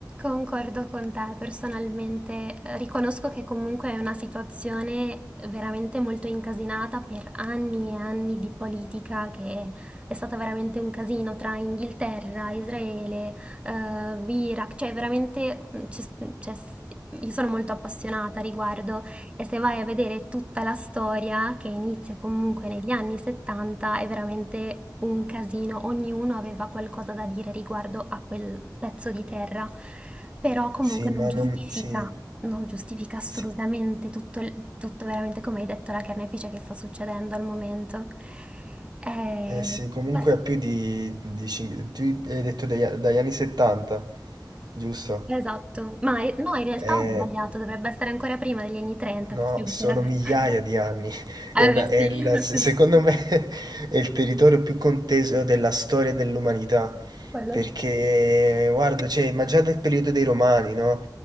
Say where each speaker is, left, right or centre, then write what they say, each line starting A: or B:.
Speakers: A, on the right (about 15°); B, on the right (about 70°).
A: Concordo con te, personalmente eh, riconosco che comunque è una situazione veramente molto incasinata per anni e anni di politica che è stata veramente un casino tra Inghilterra, Israele, eh, Iraq, cioè veramente mm, c'è- c'è- io sono molto appassionata a riguardo e se vai a vedere tutta la storia, che inizia comunque negli anni 70, è veramente un casino. Ognuno aveva qualcosa da dire riguardo a quel pezzo di terra, però comunque
B: Sì,
A: non
B: ma
A: giustifica,
B: non... Sì,
A: non giustifica assolutamente
B: sì.
A: tutto, il- tutto veramente, come hai detto, la carnefice che sta succedendo al momento. Eh,
B: Eh sì, comunque
A: pazienza.
B: ha più di, di cin- tu hai detto degli, a- dagli anni 70, giusto?
A: Esatto, ma eh, no, in realtà
B: Eh,
A: ho sbagliato, dovrebbe essere ancora prima degli anni 30,
B: no,
A: possiamo
B: sono
A: dire la verità.
B: migliaia
A: <laughs>
B: di anni. <laughs> È
A: Eh
B: una-
A: beh,
B: è
A: sì.
B: il-
A: <laughs>
B: se- secondo me <laughs> è il territorio più conteso della storia dell'umanità.
A: Quello
B: Perché,
A: sì.
B: guarda, cioè, ma già del periodo dei Romani, no?